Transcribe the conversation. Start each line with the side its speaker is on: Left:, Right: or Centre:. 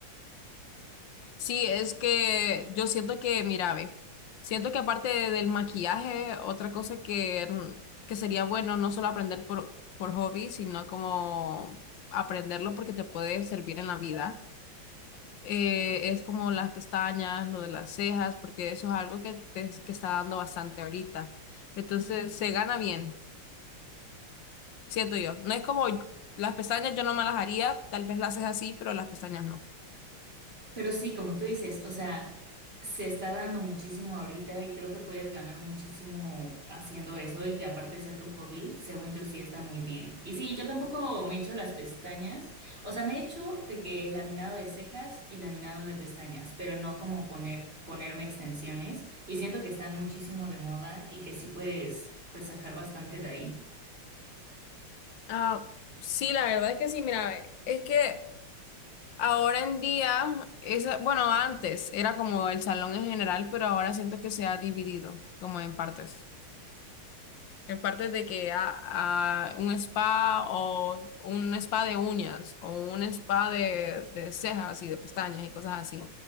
Left: Sí, es que yo siento que, mira, ve, siento que aparte de- del maquillaje, otra cosa que, mm, que sería bueno no solo aprender por, por hobby, sino como aprenderlo porque te puede servir en la vida eh, es como las pestañas, lo de las cejas, porque eso es algo que, te- que está dando bastante ahorita. Entonces se gana bien, siento yo. No es como las pestañas, yo no me las haría, tal vez las cejas sí, pero las pestañas no.
Right: Pero sí, como tú dices, o sea, se está dando muchísimo ahorita y creo que puedes ganar muchísimo haciendo eso y que aparte sea tu hobby, según yo sí está muy bien. Y sí, yo tampoco me he hecho las pestañas, o sea, me he hecho de que laminado de cejas y laminado de pestañas, pero no como poner, ponerme extensiones y siento que están muchísimo de moda y que sí puedes, pues sacar bastante de ahí.
Left: Ah, sí, la verdad es que sí, mira, eh, es que ahora en día, esa, bueno, antes era como el salón en general, pero ahora siento que se ha dividido como en partes. En parte de que a, a un spa o un spa de uñas o un spa de, de cejas y de pestañas y cosas así.